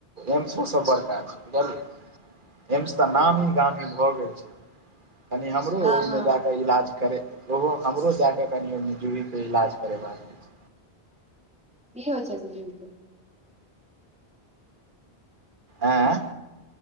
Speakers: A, on the right; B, in the centre.
A: एम्स मे सब बड़का छै बुझलियै एम्स तऽ नामी
B: हँ
A: गामी भऽ गेल छै कनि हमरो
B: हँ
A: ओहिमे
B: हँ
A: जाकऽ इलाज करै ओहो हमरे जाकऽ कनि ओ जूहीके इलाज करेबाक अछि
B: की होय से छै जे जुही के
A: आँ